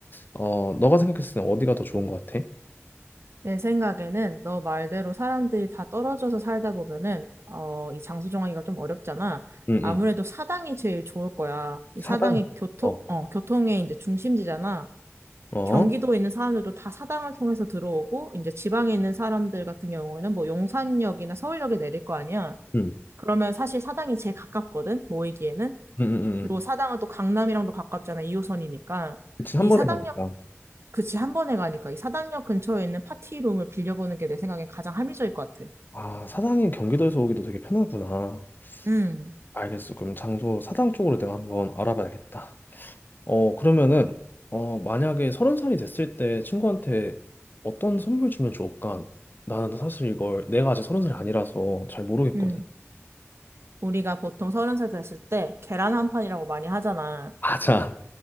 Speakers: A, on the left; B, on the right.
A: 어 너가 생각했을 때 어디가 더 좋은 것 같아?
B: 내 생각에는 너 말대로 사람들이 다 떨어져서 살다 보면은, 어, 이 장소 정하기가 좀 어렵잖아.
A: 응응.
B: 아무래도 사당이 제일 좋을 거야. 이
A: 사당.
B: 사당이 교통,
A: 어.
B: 어, 교통의 이제 중심지잖아.
A: 어.
B: 경기도에 있는 사람들도 다 사당을 통해서 들어오고, 이제 지방에 있는 사람들 같은 경우에는 뭐 용산역이나 서울역에 내릴 거 아니야.
A: 응.
B: 그러면 사실 사당이 제일 가깝거든, 모이기에는.
A: 응응응.
B: 그리고 사당은 또 강남이랑도 가깝잖아. 2호선이니까.
A: 그치 한
B: 이
A: 번에
B: 사당역,
A: 가니까.
B: 그치, 한 번에 가니까. 이 사당역 근처에 있는 파티룸을 빌려보는 게 내 생각엔 가장 합리적일 것 같아.
A: 아, 사당이 경기도에서 오기도 되게 편하구나.
B: 음,
A: 알겠어. 그럼 장소 사당 쪽으로 내가 한번 알아봐야겠다. 어, 그러면은, 어, 만약에 서른 살이 됐을 때 친구한테 어떤 선물 주면 좋을까? 나는 사실 이걸 내가 아직 서른 살이 아니라서 잘 모르겠거든.
B: 음, 우리가 보통 서른 살 됐을 때 계란 한 판이라고 많이 하잖아.
A: 맞 아,